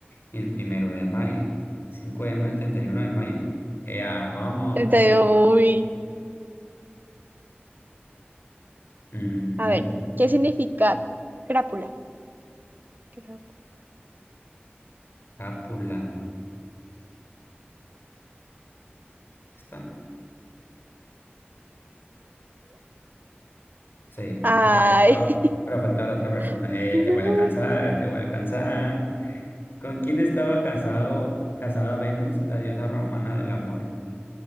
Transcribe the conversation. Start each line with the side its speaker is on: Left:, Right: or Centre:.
Left: ni el primero de mayo. cinco de mayo, 31 de mayo. ¡Ea, vamos!
Right: Entonces,
Left: <laughs>
Right: uy,
Left: Mm,
Right: a
Left: mm,
Right: ver, ¿qué significa crápula? ¿Crápula?
Left: Cápula. ¿Está? Sí.
Right: Ay,
Left: no faltaba- Para faltar la otra persona.
Right: <laughs>
Left: Eh,
Right: no.
Left: te voy a cansar, te voy a alcanzar. ¿Con quién estaba casado, casada Venus, la diosa romana del amor?